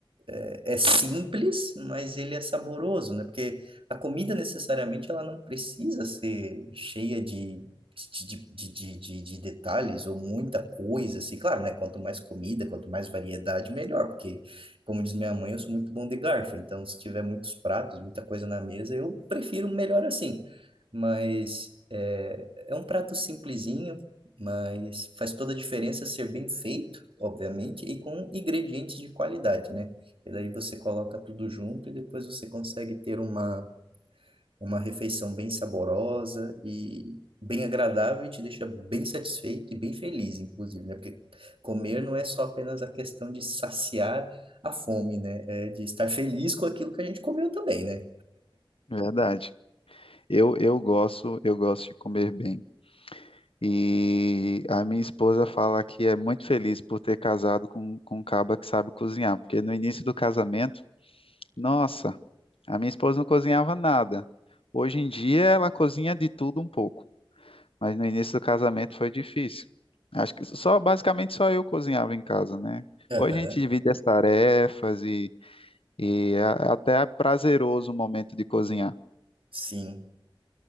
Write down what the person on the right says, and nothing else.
é é simples, mas ele é saboroso, né? Porque a comida necessariamente ela não precisa ser cheia de, de, de, de, de, de- de detalhes ou muita coisa, assim. Claro, né? Quanto mais comida, quanto mais variedade, melhor. Porque, como diz minha mãe, eu sou muito bom de garfo. Então, se tiver muitos pratos, muita coisa na mesa, eu prefiro melhor assim. Mas é, é um prato simplesinho. Mas faz toda a diferença ser bem feito, obviamente, e com ingredientes de qualidade, né? E daí você coloca tudo junto e depois você consegue ter uma, uma refeição bem saborosa e bem agradável e te deixa bem satisfeito e bem feliz, inclusive, né? Porque comer não é só apenas a questão de saciar a fome, né? É de estar feliz com aquilo que a gente comeu também, né?
Aham,
Sim.